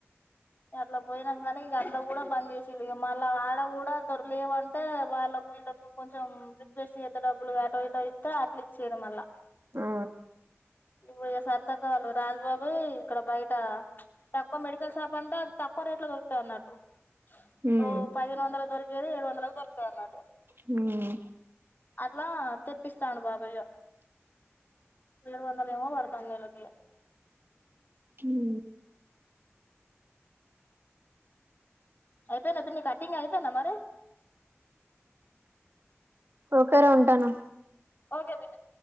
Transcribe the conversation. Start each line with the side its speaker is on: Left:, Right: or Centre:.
Left: అట్లా పోయినం కానీ ఇంకా అట్లా కూడా బంద్ చేసిల్లు మళ్ళ ఆడ కూడా దొర్లులేవాన్ అంటే వాళ్ళకు వీళ్ళలకు కొంచెం రిక్వెస్ట్ చేస్తే డబ్బులు అటో ఇటో ఇత్తే అట్లే ఇచ్చిళ్ళు మళ్ళ
Right: ఆ
Left: ఇప్పుడు సరిత అక్క వాళ్లు రాజు బాబాయ్ ఇక్కడ బయట ప్చ్ తక్కువ మెడికల్ షాప్ అంటే అతితక్కువ రేట్లు దొరు తే అన్నట్టు ఇప్పుడు
Right: ఉమ్
Left: పది హేను వందలకు దొరి లేదా ఏడు వందలకు దొరుకుతది అన్నట్టు
Right: హ్మ్
Left: అట్లా తెప్పిస్తాను బాబాయ్ ఇగ ఏడు వందలు ఏమో పడతాంది నెలకి ఇగా
Right: హు
Left: అయిపోయిందా పిన్ని కటింగ్ అయిపోయిందా మరి
Right: ఓకే రా ఉంటాను.
Left: ఓకే పిన్ని